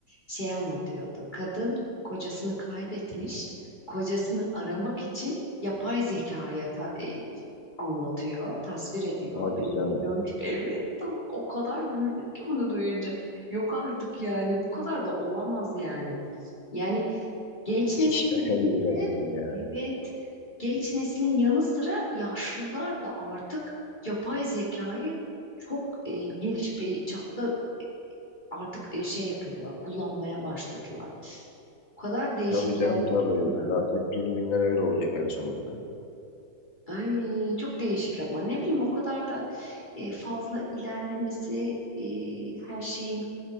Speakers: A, on the left; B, on the left.
A: şey anlatıyordu. Kadın kocasını kaybetmiş, kocasını aramak için yapay zekaya ta- e, anlatıyor, tasvir ediyor.
B: Hadi
A: Benim
B: canım.
A: kocam şu- evet tam o kadar güldüm ki bunu duyunca. Yok artık yani bu kadar da olamaz yani. Yani Genç
B: <laughs>
A: neslin
B: Şaka
A: değil
B: gibi resmen
A: de
B: ya.
A: evet genç neslin yanı sıra yaşlılar da artık yapay zekayı çok e, geniş bir çapta artık e, şey yapıyorlar, kullanmaya başladılar. O kadar değişik
B: Tabii
A: geldi
B: canım tabii.
A: ki bana.
B: Zaten günü günden öyle olacak en sonunda.
A: Ay çok değişik ama ne bileyim o kadar da e, fazla ilerlemesi, e, her şeyin